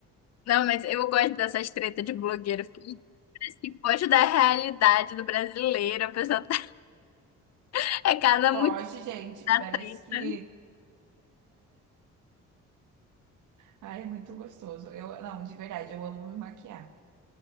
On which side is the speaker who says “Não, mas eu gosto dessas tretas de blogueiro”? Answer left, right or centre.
Left